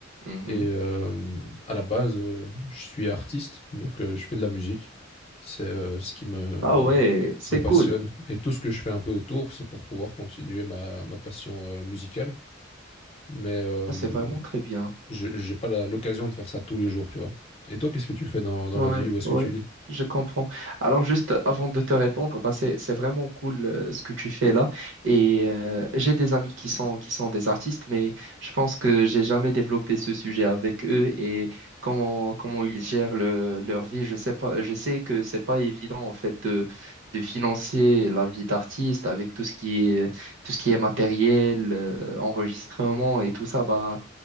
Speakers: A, on the right; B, on the left.
A: Mhm.
B: et euh, à la base, euh, je suis artiste, donc euh, je fais de la musique. C'est euh, ce qui me,
A: Ah ouais, c'est
B: me passionne
A: cool.
B: et tout ce que je fais un peu autour, c'est pour pouvoir continuer ma, ma passion euh, musicale. Mais euh,
A: Oh, c'est vraiment très bien.
B: je- j'ai pas la- l'occasion de faire ça tous les jours, tu vois. Et toi, qu'est-ce que tu fais dans, dans
A: Ouais,
B: la vie? Où est-ce
A: ouais,
B: que tu vis?
A: je comprends. Alors juste avant de te répondre, bah c'est c'est vraiment cool euh, ce que tu fais là. Et euh, j'ai des amis qui sont qui sont des artistes, mais je pense que j'ai jamais développé ce sujet avec eux et comment comment ils gèrent le- leur vie. Je sais pas, je sais que c'est pas évident en fait de de financer la vie d'artiste avec tout ce qui est tout ce qui est matériel, euh, enregistrement et tout ça. Bah